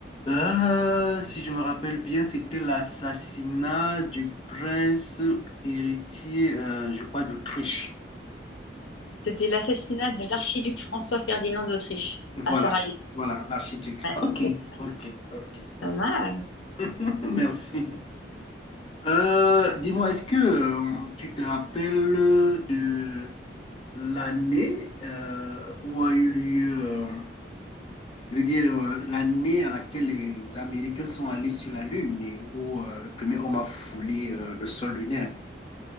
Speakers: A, on the left; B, on the left.
A: Euh, si je me rappelle bien, c'était l'assassinat du prince héritier, euh, je crois, d'Autriche.
B: C'était l'assassinat de l'archiduc François-Ferdinand d'Autriche
A: Voilà,
B: à Sarajevo.
A: voilà, l'archiduc.
B: Ouais,
A: Ok,
B: c'est c'est
A: ok, ok,
B: pas
A: ok,
B: mal.
A: c'est bon. <laughs> Merci. Euh, dis-moi, est-ce que euh, tu te rappelles de l'année euh, où a eu lieu, euh, je veux dire, euh, l'année à laquelle les Américains sont allés sur la Lune et où euh, le premier homme a foulé euh, le sol lunaire,